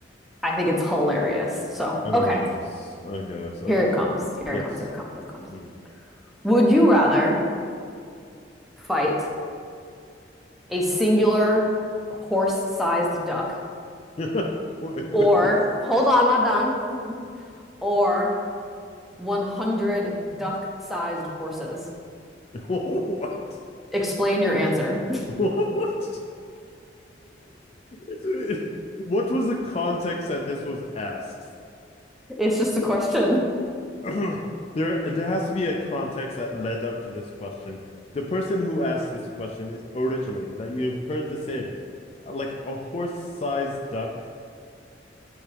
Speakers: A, in the centre; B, on the left (about 35°).
A: I think it's hilarious. So,
B: Oh
A: okay,
B: no, oh no. Okay,
A: here
B: tell
A: it comes.
B: me.
A: Here
B: Yes.
A: it comes. Here it comes. Here it comes.
B: Mm.
A: Would you rather fight
B: <laughs>
A: a singular horse-sized duck
B: Wait, wait,
A: or,
B: wait.
A: hold on, I'm not done, <laughs> or 100 duck-sized horses?
B: <laughs> What?
A: Explain your answer. <laughs>
B: <laughs> What? It's- What was the context that this was asked?
A: It's just a question.
B: <clears throat> There, there has to be a context that led up to this question. The person who asked this question originally, that you heard this in, like a horse-sized duck